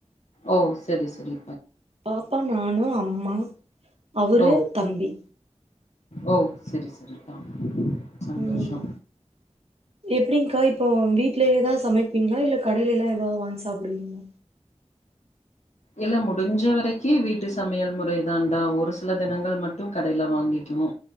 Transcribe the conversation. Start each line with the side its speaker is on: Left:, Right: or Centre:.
Left: ஓ செரி செரி
Right: பாப்பா நானு அம்மா அவரு
Left: ஓ
Right: தம்பி
Left: ஓ செரி செரிப்பா சந்தோஷோ
Right: ம் எப்டிங்க்கா இப்போ வீட்லயே தா சமைப்பிங்ளா இல்ல கடையிலல்லா எதாத் வாங்கி சாப்டுவிங்ளா
Left: இல்ல முடிஞ்ச வரைக்கு வீட்டு சமையல் முறை தான்டா ஒரு சில தினங்கள் மட்டு கடையில வாங்கிக்குவோ